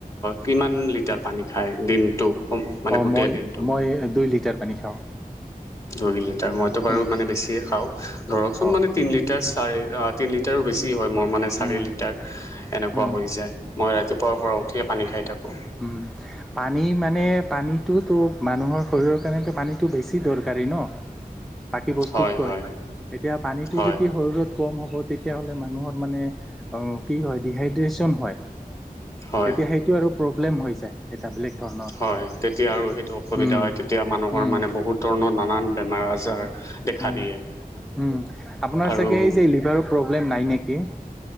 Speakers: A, on the left; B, in the centre.
A: কিমান লিটাৰ পানী খায় দিনটো? কম মানে
B: অ
A: গোটেই
B: মই
A: দিনটোত
B: মই দুই লিটাৰ পানী খাওঁ।
A: দুই লিটাৰ মইতো বাৰু
B: উম
A: মানে বেছিয়ে খাওঁ ধৰকচোন
B: অ
A: মানে তিনি লিটাৰ চাৰে তিন লিটাৰো বেছি হয় মোৰ মানে চাৰি
B: উম
A: লিটাৰ। এনেকুৱা
B: উম
A: হৈ যায় মই ৰাতিপুৱাৰ পৰা উঠিয়ে পানী খাই থাকো।
B: উম পানী মানে পানীটোতো মানুহৰ শৰীৰৰ কাৰণেতো পানীটো বেছি দৰকাৰী ন বাকী বস্তুত
A: হয়
B: কৈ
A: হয়
B: এতিয়া পানীটো
A: হয়
B: যদি শৰীৰত কম হ'ব তেতিয়াহ'লে মানুহৰ মানে কি হয় ডিহাইড্ৰেচন হয়।
A: হয়
B: তেতিয়া সেইটো আৰু প্ৰব্লেম হৈ যায় এটা বেলেগ ধৰণৰ
A: হয় তেতিয়া আৰু সেইটো অসুবিধা
B: উম
A: হয় তেতিয়া মানুহৰ
B: উম
A: মানে বহুত ধৰণৰ নানান বেমাৰ আজাৰ দেখা
B: উম
A: দিয়ে
B: উম আপোনাৰ
A: আৰু
B: চাগে এই যে লিভাৰৰ প্ৰব্লেম নাই নেকি?